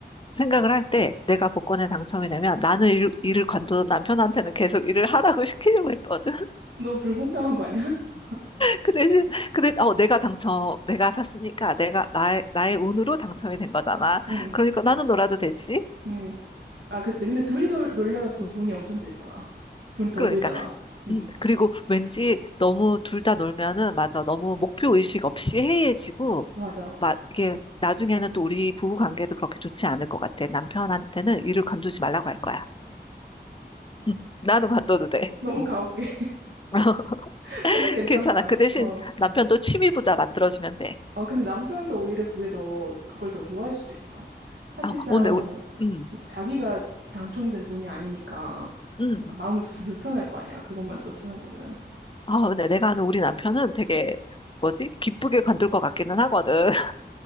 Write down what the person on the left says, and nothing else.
생각을 할 때 내가 복권에 당첨이 되면 나는 일, 일을 관둬도 남편한테는 계속 일을 하라고 <laughs> 시키려고 했거든.
그 대신, 그 대신, 어, 내가 당첨, 내가 샀으니까 내가, 나의, 나의 운으로 당첨이 된 거잖아.
그러니까 나는 놀아도 되지.
음,
그러니까.
음, 그리고 왠지 너무 둘 다 놀면은, 맞아. 너무 목표 의식 없이 해이해지고,
막, 이게, 나중에는 또 우리 부부 관계도 그렇게 좋지 않을 것 같아. 남편한테는 일을 관두지 말라고 할 거야. 음, 나는 관둬도 돼.
음.
<laughs>
괜찮아. 그 대신
남편도 취미 부자 만들어주면 돼.
아, 오늘, 우- 음,
음.
아, 근데 내가 아는 우리 남편은 되게
뭐지? 기쁘게 관둘 것 같기는 하거든.